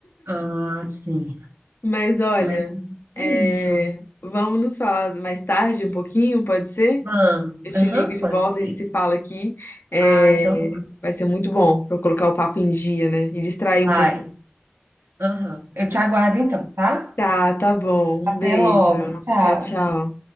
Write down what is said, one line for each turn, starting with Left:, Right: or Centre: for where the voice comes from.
Right: Ah, sim.
Left: Mas olha,
Right: Mas
Left: é,
Right: é isso.
Left: vamos nos falar mais tarde um pouquinho, pode ser?
Right: Vamos.
Left: Eu te
Right: Aham,
Left: ligo de
Right: pode
Left: volta,
Right: ser.
Left: a gente se fala aqui. É,
Right: Ah, então
Left: Vai ser muito bom para eu colocar o papo em dia, né? E distrair
Right: Vai.
Left: um pouquinho.
Right: Aham. Eu te aguardo então, tá?
Left: Tá, tá bom. Um
Right: Até
Left: beijo.
Right: logo. Tchau.
Left: Tchau, tchau.